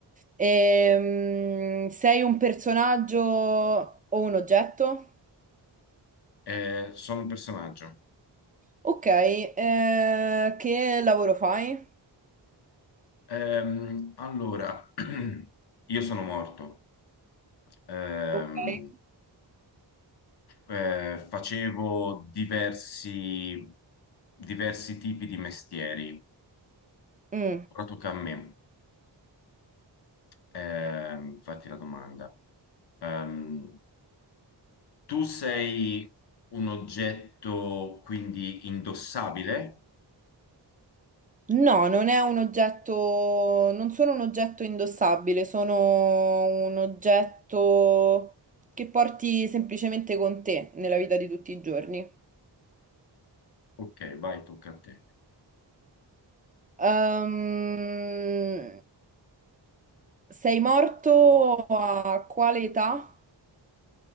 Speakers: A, on the right (about 20°); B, on the left (about 60°).
A: ehm, sei un personaggio o un oggetto?
B: Eh, sono un personaggio.
A: Ok, eh, che lavoro fai?
B: Ehm, allora, <clears throat> io sono morto. Ehm,
A: Ok.
B: eh, facevo diversi, diversi tipi di mestieri.
A: Mm.
B: Ora tocca a me, Ehm, fatti la domanda. Ehm, tu sei un oggetto quindi indossabile?
A: No, non è un oggetto, non sono un oggetto indossabile, sono un oggetto che porti semplicemente con te nella vita di tutti i giorni.
B: Ok, vai, tocca a te.
A: Ehm, sei morto a quale età?